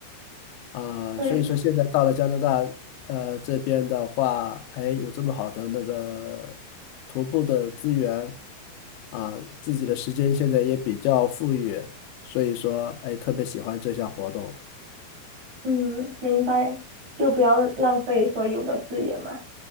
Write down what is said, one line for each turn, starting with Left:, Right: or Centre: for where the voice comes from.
Left: 啊，
Right: 对，
Left: 所以说现在到了加拿大，呃，这边的话，哎，有这么好的那个徒步的资源啊，自己的时间现在也比较富裕，所以说，哎，特别喜欢这项活动
Right: 嗯，明白，就不要浪费所有的资源嘛。